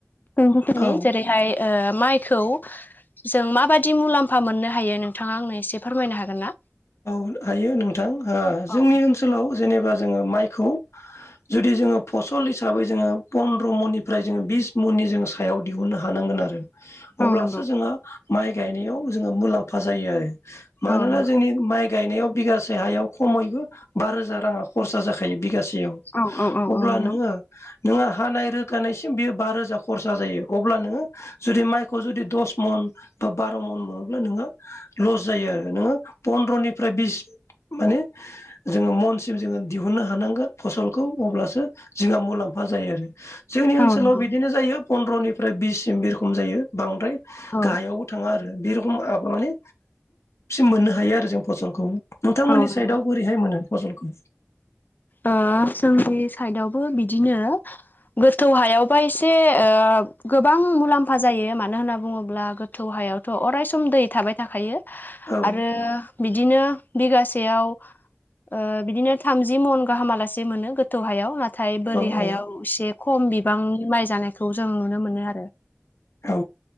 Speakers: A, on the left; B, on the left.
A: रोखोमनि
B: औ
A: जेरैहाय ओ माइखौ जों माबादि मुलाम्फा मोननो हायो नोंथाङा आंनो एसे फोरमायनो हागोन ना?
B: औ हायो नोंथां ओ
A: औ
B: जोंनि ओनसोलाव जेनेबा जोङो माइखौ जुदि जोङो फसल हिसाबै जोङो पन्द्र मननिफ्राय जोङो बिस मननि जोङो सायाव दिहुननो हानांगोन आरो। अब्लासो
A: औ नंगौ
B: जोंहा माइ गायनायाव जोङो मुलाम्फा जायो आरो मानोना
A: औ नंगौ
B: जोंनि माइ गायनायाव बिगासे हायाव खमैबो बा रोजा राङा खरसा जाखायो बिगासेयाव।
A: औ औ औ
B: अब्ला
A: औ नंगौ
B: नोङो नोंहा हानाय रोखानायसिम बेयो बा रोजा खरसा जायो अब्ला नोङो जुदि माइखौ जुदि दस मन बा बार' मन मोनोब्ला नोंहा लस जायो आरो नोङो फन्द्र'निफ्राय बिस माने जोङो मनसिम जोङो दिहुननो हानांगोन फसलखौ अब्लासो जोंहा मुलाम्फा जायो आरो जोंनि ओनसोलाव
A: औ नंगौ
B: बिदिनो जायो पन्द्रनिफ्राय बिससिम बि रखम जायो बांद्राय गाहायावबो
A: औ
B: थाङा आरो बे रखम आद माने मोननो हायो आरो जों फसलखौ। नोंथांमोननि
A: औ नंगौ
B: साइदआव बोरैहाय मोनो फसलखौ?
A: ओ जोंनि साइडवबो बिदिनो गोथौ हायावबा एसे ओ गोबां मुलाम्फा जायो मानो होनना बुङोब्ला <unintelligible> थौ हायावथ' अरायस दै थाबाय थाखायो
B: औ
A: आरो बिदिनो बिगासेयाव ओ‌ बिदिनो थामजि मन गाहामालासे मोनो गोथौ हायाव नाथाय बोरि
B: औ
A: हायाव
B: औ
A: एसे खम बिबांनि माइ जानायखौ जों नुनो मोनो आरो।
B: औ